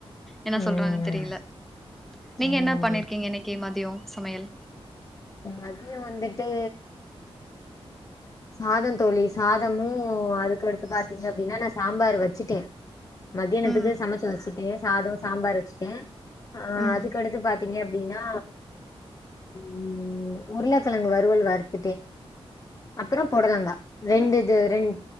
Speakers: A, in the centre; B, on the left (about 35°).
A: என்ன
B: ம்
A: சொல்றாங்கன்னு தெரியல நீங்க
B: ம்
A: என்ன பண்ணிருக்கீங்க இன்னைக்கு மதியோ சமையல்
B: மதியோ வந்துட்டு சாதோ தோழி சாதமு அதுக்கடுத்து பாத்தீங்க அப்டின்னா நா சாம்பார் வச்சுட்டே மதியானத்துக்கு
A: ம்,
B: சமைச்சு வச்சிட்டே சாதோ சாம்பார் வச்சுட்டே ஆ,
A: ம்.
B: அதுக்கடுத்து பாத்தீங்க அப் அப்படின்னா ம் உருளக்கிழங்கு வருவல் வறுத்துட்டே அப்றோ பொடலங்கா ரெண்டு இத் இது ரெண்ட்